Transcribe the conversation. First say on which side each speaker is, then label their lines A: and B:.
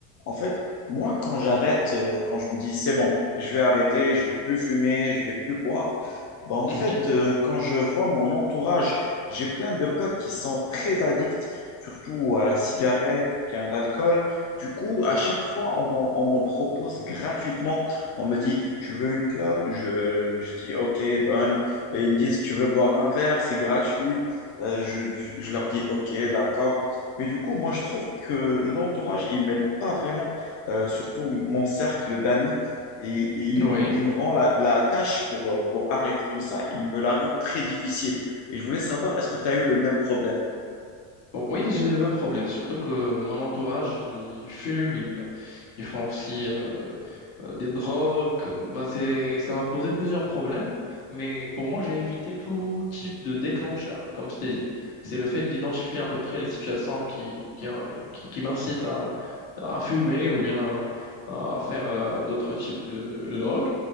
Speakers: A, on the left; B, on the left.
A: En fait, moi, quand j'arrête, euh, quand je me dis c'est bon, je vais arrêter, je vais plus fumer, je vais plus boire, bah en
B: Mhm.
A: fait, euh, quand je vois mon entourage, j'ai plein de potes qui sont très addicts, surtout à la cigarette, ou bien à l'alcool. Du coup, à chaque fois, on m'en on m'en propose gratuitement. On me dit, tu veux une clope? Je, je dis, ok, donne. Et ils me disent, tu veux boire un verre? C'est gratuit. Euh, je, je- je leur dis, ok, d'accord. Mais du coup, moi, je trouve que l'entourage, il m'aide pas vraiment, Euh, surtout mon cercle d'amis. Et, et il
B: Oui.
A: me, il me rend la, la tâche pour, euh, pour arrêter tout ça, il me la rend très difficile. Et je voulais savoir, est-ce que tu as eu le même problème?
B: Oui, j'ai eu le même problème, surtout que mon entourage, ils ils fument, ils, ils font aussi euh, euh, des drogues. Bah, c'est, ça m'a posé plusieurs problèmes, mais pour moi, j'ai évité tout type de déclencheur, comme je t'ai dit. C'est le fait d'identifier à peu près les situations qui, qui, euh, qui, qui m'incitent à, à fumer ou bien à, à faire euh, d'autres types de, de drogues.